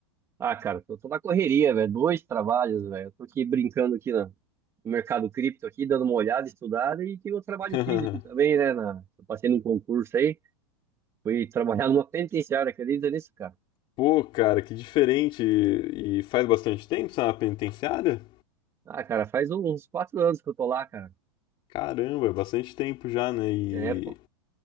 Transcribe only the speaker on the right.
Ah, cara, tô, tô na correria, velho. Dois trabalhos, velho. Eu Tô aqui brincando aqui na- no mercado cripto, aqui, dando uma olhada, estudada. E tem o trabalho
físico também, né? na- eu passei num concurso aí. Fui trabalhar numa penitenciária, acredita nisso, cara?
Ah, cara, faz uns quatro anos que eu tô lá, cara.
É, pô.